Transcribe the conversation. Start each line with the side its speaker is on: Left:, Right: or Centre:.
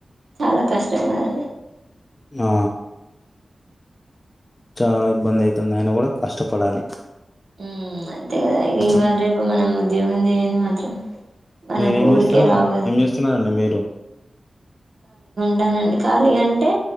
Right: చాలా కష్టం కదా
Left: ఆ చాలా ఇబ్బంది అయితుందని కూడా కష్టపడాలి
Right: మ్మ్ అంతే కదా ఇవాళ
Left: ఉమ్.
Right: రేపు మనం ఉద్యోగం చేయని మాత్ర మన
Left: మీరేం
Right: కోరిక
Left: చేస్తారండి
Right: రావ
Left: ఏం చేస్తున్నారండి మీరు
Right: అవునండి ఖాళీ అంటే